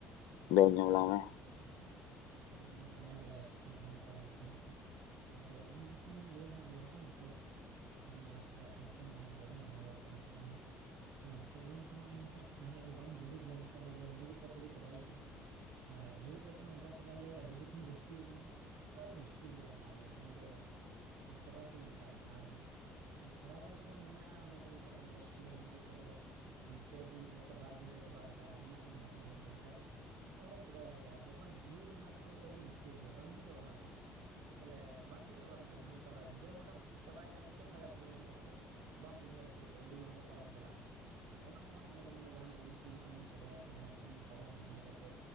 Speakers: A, on the left; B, on the right.
A: ᱞᱟᱹᱭ
B: ᱟᱪᱪᱷᱟ,
A: ᱟᱸᱡᱚᱢ ᱟᱞᱟᱝ ᱢᱮ
B: ᱟᱹᱰᱤ ᱱᱟᱯᱟᱭ ᱱᱚᱰᱮ ᱠᱟᱛᱷᱟᱢ ᱫᱚᱦᱚ ᱠᱮᱜᱼᱟ ᱜᱩᱯᱞᱤ ᱠᱚ᱾ ᱟᱫᱚ ᱤᱧ ᱡᱚᱠᱷᱚᱱᱤᱧ ᱞᱟᱹᱭᱟ ᱦᱟᱸᱜ ᱱᱚᱣᱟ ᱫᱚ ᱡᱮ ᱚᱱᱟ ᱚᱠᱟᱴᱟᱜ ᱴᱮᱱᱥᱮᱱ ᱢᱮᱱᱟᱜ ᱠᱟᱫᱟ ᱱᱚᱣᱟ ᱫᱚ ᱛᱮᱱ ᱢᱮᱛᱟᱜ ᱢᱮ ᱮᱱᱛᱮᱫ ᱵᱟᱢ ᱯᱟᱲᱦᱟᱜ ᱞᱮᱱᱠᱷᱟᱡ ᱥᱮ, ᱡᱟᱦᱟᱸᱱᱟᱜ ᱜᱮ ᱵᱟᱢ ᱫᱩᱲᱩᱵ ᱞᱮᱱᱠᱷᱟᱱ, ᱚᱱᱟ ᱫᱚ ᱫᱩᱲᱩᱵ ᱠᱟᱛᱮ ᱜᱮ ᱪᱟᱵᱟᱭ ᱦᱩᱭᱩᱜᱼᱟ᱾ ᱟᱨ ᱫᱩᱲᱩᱵ ᱠᱟᱛᱮᱫ ᱦᱚᱸ ᱚᱱᱠᱟ ᱪᱟᱵᱟ ᱦᱩᱭᱩᱜᱼᱟ, ᱵᱚᱞᱮ ᱟᱹᱰᱤ ᱫᱤ ᱠᱷᱚᱱ ᱡᱟᱹᱥᱛᱤ ᱠᱟᱱᱟ ᱛᱷᱚᱲᱟ ᱫᱚ ᱢᱩᱥᱠᱤᱞ ᱜᱮᱭᱟ, ᱢᱮᱛᱟᱜ ᱢᱮ ᱟᱢᱫᱚ, ᱟᱫᱚ ᱪᱟᱵᱟ ᱥᱮᱫ ᱜᱮ ᱢᱮᱛᱟᱜ ᱢᱮ ᱟᱨ ᱞᱮ ᱛᱷᱚᱲᱟ ᱜᱟᱱ ᱡᱚᱠᱷᱚᱱ ᱢᱮᱱᱟᱜᱼᱟ, ᱚᱱᱟ ᱫᱚ ᱢᱮᱛᱟᱜ ᱢᱮ ᱫᱚᱥᱴᱤ ᱜᱟᱱ ᱫᱟᱹᱨᱤᱡ ᱚᱠᱟ ᱫᱚ ᱦᱩᱸ, ᱯᱮ ᱫᱤᱱ ᱨᱮ ᱥᱮ, ᱵᱟᱨ ᱫᱤᱱ ᱨᱮ ᱪᱟᱵᱟᱜ ᱞᱮᱠᱟ ᱢᱮᱱᱟᱜᱼᱟ, ᱢᱚᱸᱪ ᱛᱮᱢ ᱫᱩᱲᱩᱵ ᱞᱮᱱᱠᱟᱡ ᱚᱱᱟᱫᱚᱢ ᱪᱟᱵᱟ ᱫᱟᱲᱮᱭᱟᱜ ᱜᱮᱭᱟ, ᱟᱨ ᱡᱚᱠᱷᱚᱱ ᱰᱷᱮᱨ ᱱᱟ ᱛᱚ ᱚᱱᱟᱫᱚ ᱟᱹᱰᱤ ᱢᱩᱥᱠᱤᱞ ᱜᱮᱭᱟ ᱵᱟᱝᱜᱮ ᱪᱟᱵᱟᱜᱼᱟ ᱚᱱᱟ ᱫᱚ᱾ ᱵᱚᱞᱮ ᱵᱟᱝᱜᱮ ᱪᱟᱵᱟᱜᱼᱟ ᱢᱮᱛᱟ, ᱡᱟᱦᱟᱸ ᱞᱮᱠᱟ ᱵᱟᱲᱟᱭ ᱜᱮᱢ, ᱡᱳᱨ ᱢᱚᱴᱮᱢ ᱪᱟᱵᱟᱭ ᱠᱷᱟᱡ ᱫᱚ ᱪᱮᱫ ᱯᱷᱟᱭᱫᱟ ᱛᱚᱵᱮ ᱧᱮᱞ ᱠᱟᱛᱮ᱾ ᱵᱟᱢ ᱵᱩᱡᱷᱟᱹᱣᱟ ᱪᱮᱫ ᱜᱮ, ᱟᱹᱣᱲᱤ ᱜᱮ ᱚᱱᱟ ᱫᱚ ᱯᱚᱨᱚᱢ ᱪᱟᱞᱟᱜᱼᱟ᱾ ᱟᱫᱚ ᱚᱱᱟ ᱦᱚᱸ ᱵᱟᱝ ᱚᱱᱮ ᱠᱚ ᱢᱮᱱᱟ ᱡᱟᱦᱟᱱᱟᱜ ᱡᱤᱱᱤᱥ ᱜᱮ ᱡᱚᱠᱷᱚᱱᱮᱢ ᱪᱟᱵᱟᱭᱟ, ᱥᱮ ᱢᱚᱡᱽ ᱛᱮᱢ ᱯᱟᱨᱚᱢᱟ ᱧᱮᱞ ᱠᱟᱛᱮ᱾